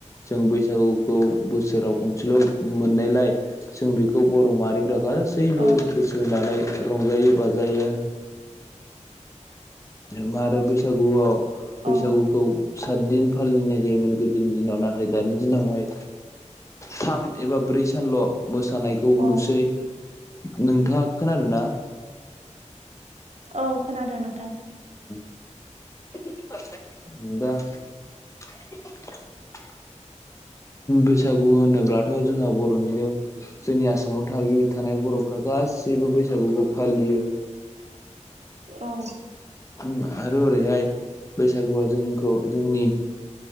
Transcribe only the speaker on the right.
औ
औ
औ
औ खोनादों नोंथां।
औ